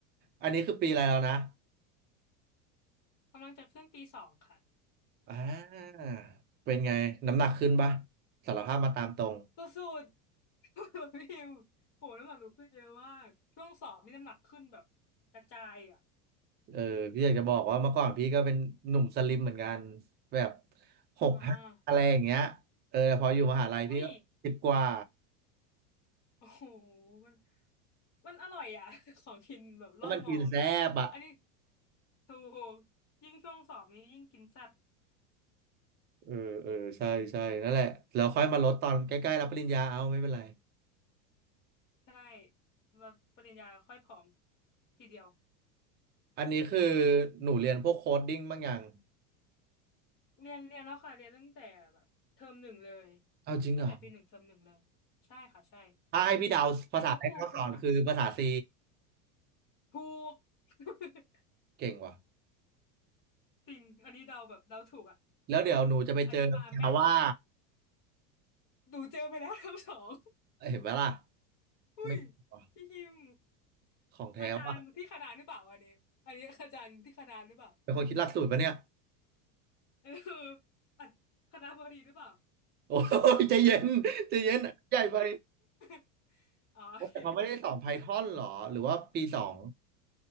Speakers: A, on the right; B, on the left.
A: อันนี้คือปีอะไรแล้วนะ
B: ๆกำลังจะขึ้นปีสองค่ะ
A: อ่าเป็นไง น้ำหนักขึ้นปะสารภาพมาตามตรง
B: สุดๆ <laughs> พี่พิมโหน้ำหนักหนูขึ้นเยอะมากช่วงสอบนี่น้ำหนักขึ้นแบบกระจายอ่ะ
A: เออพี่อยากจะบอกว่าเมื่อก่อนพี่ก็เป็นหนุ่มสลิมเหมือนกันแบบหกห้าอะไรอย่างเงี้ย
B: อ่า
A: เออแต่พออยู่มหาลัยพี่ก็สิบกว่า
B: วิโอ้โหมันมันอร่อยอ่ะ <laughs> ของกินแบบรอบมอ
A: เพราะมันกินแซ่บอ่ะ
B: อันนี้ถูกยิ่งช่วงสอบนี้ยิ่งกินแซ่บ
A: เออเออใช่ใช่นั่นแหละแล้วค่อยมาลดตอนใกล้ๆรับปริญญาเอาไม่เป็นไร
B: ใช่แบบปริญญาค่อยผอมทีเดียว
A: อันนี้คือหนูเรียนพวกโคดดิ้งบ้างอย่าง
B: เรียนเรียนแล้วค่ะเรียนตั้งแต่แบบเทอมหนึ่งเลย
A: เอาจริงเหรอ
B: ตั้งแต่ปีหนึ่งเทอมหนึ่งเลยใช่ค่ะใช่
A: ถ้าให้พี่เดาภาษาแรกที่เขาสอนคือภาษา
B: เหมือนเขาปูพื้นฐาน
A: C
B: ถูก <laughs>
A: เก่งว่ะ
B: จริงอันนี้เดาแบบเดาถูกอ่ะ
A: แล้วเดี๋ยวหนูจะไปเจอจาว่า
B: อันนี้มาแม่นเลยดูเจอไปแล้ว <laughs> ทั้งสอง
A: เห็นไหมล่ะ
B: อุ้ย
A: ไม่งว่ะ
B: พี่ยิม
A: ของแท้ว่ะ
B: อาจารย์ที่คณะหรือเปล่าอันนี้อันนี้อาจารย์ที่คณะหรือเปล่า
A: เป็นคนคิดหลักสูตรปะเนี่ย
B: เอออ่ะคณะบดีหรือเปล่า
A: โอ้ยใจเย็นใจเย็นใหญ่ไป
B: <laughs> อ๋อโอเคโอเค
A: แต่เขาไม่ได้สอน Python หรอหรือว่าปีสอง